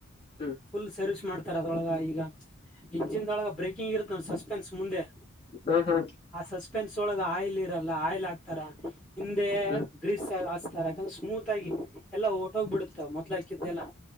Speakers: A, on the left; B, in the centre.
A: ಹ್ಮ್
B: ಫುಲ್ ಸರ್ವಿಸ್ ಮಾಡ್ತಾರ ೊಳಗ ಈಗ ಇಂಜಿನ್ೊಳಗ ಬ್ರೇಕಿಂಗ್ ಇರುತ್ತೆ ಸಸ್ಪೆನ್ಸ್ ಮುಂದೆ
A: ಹಾ ಹಾ
B: ಆ ಸಸ್ಪೆನ್ಸ್ ಒಳಗ ಆಯಿಲ್ ಇರಲ್ಲ ಆಯಿಲ್ ಆಾಕ್ತಾರ ಹಿಂದೆ
A: ಹ್ಮ್
B: ಗ್ರೀಸ್ ಯಾಕಂದ್ರೆ ಸ್ಮೂತ್ ಆಗಿ ಎಲ್ಲಾ ಓಟ ಹೋಗ್ಬ ಬಿಡುತ್ತ ಮೊದಲ ಹಾಕಿದ್ದೆಲ್ಲ